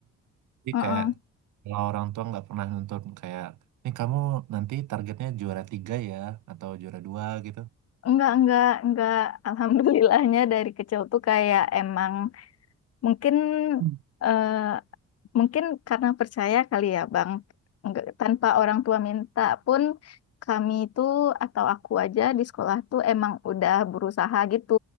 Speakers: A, on the right (about 80°); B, on the left (about 55°).
A: Jadi
B: Heeh.
A: kayak kalau orang tua nggak pernah nuntut kayak ini kamu nanti targetnya juara tiga ya atau juara dua gitu.
B: Enggak, enggak, enggak. <laughs> Alhamdulillahnya dari kecil tuh kayak emang mungkin
A: Hmm.
B: eh, Mungkin karena percaya kali ya, Bang. Nggak- tanpa orang tua minta pun kami itu atau aku aja di sekolah tuh emang udah berusaha gitu.